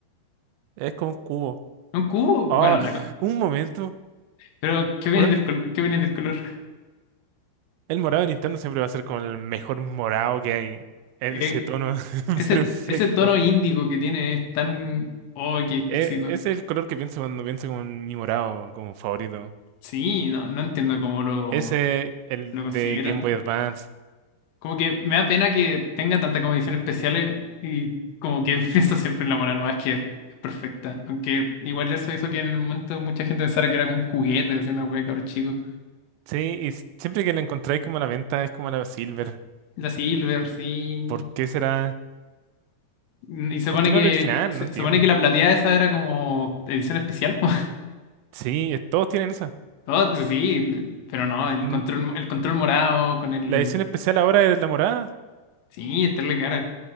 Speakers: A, on the right; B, on the left.
A: Es como un cubo.
B: ¿Un cubo? Bueno,
A: Ah,
B: la co-
A: un momento.
B: pero ¿qué viene
A: Por el,
B: del, col- qué viene del color?
A: el morado de Nintendo siempre va a ser como el mejor morado que hay. El-
B: Eh,
A: Ese tono <laughs>
B: ese,
A: perfecto.
B: ese tono índigo que tiene es tan... Oh, qué exquisito.
A: E- ese es el color que pienso cuando pienso como en mi morado como favorito.
B: Sí, no, no entiendo cómo lo,
A: Ese, el
B: lo consideran.
A: de Game Boy Advance.
B: Como que me da pena que tenga tantas condiciones especiales y como que <laughs> pienso siempre en la mora nomás que es perfecta. Aunque igual eso hizo que en el momento mucha gente pensara que era como un juguete, así una wea de cabros chicos.
A: Sí, y s- siempre que la encontráis como a la venta es como la Silver.
B: La Silver, sí.
A: ¿Por qué será?
B: Y se
A: ¿Por
B: pone
A: qué no
B: que
A: el original?
B: se,
A: No entiendo.
B: se pone que la plateada esa era como edición especial. po. <laughs>
A: Sí, es- todos tienen esa.
B: Oh, sí, pero no, el
A: N-
B: control, el control morado con el...
A: La edición especial ahora es la morada.
B: Sí, estarle cara.